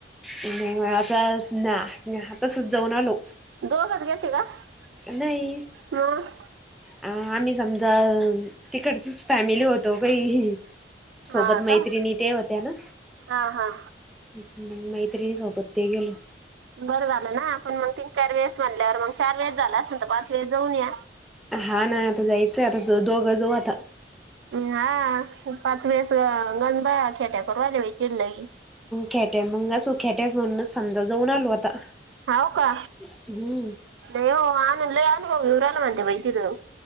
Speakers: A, in the centre; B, on the right.
A: नाही म आता ना ना तसच जाऊन आलो.
B: <inaudible>
A: नाही
B: मग
A: आ आम्ही समजा तिकडचीच फॅमिली होतो काही सोबत
B: हा का
A: मैत्रीणी ते होत्या ना
B: हा हा
A: मंग मैत्रिणी सोबत ते गेलो.
B: बरं झालं ना आपण मग तीन चार वेळेस म्हनल्यावर मग चार वेळेस झालं असेल तर पाच वेळेस जाऊन या.
A: हा ना आता जायचं आता दो दोघ जाऊ आता
B: हा पाच वेळस गंद बाया खेट्या करू राहिल्या बाई तिड लय
A: खेट्या मग असू खेट्यास म्हणूनच समजा जाऊन आलो आता.
B: हाव का.
A: हम्म
B: नाय हो अन लय अनुभव येऊ राहिला म्हणते बाय तीथ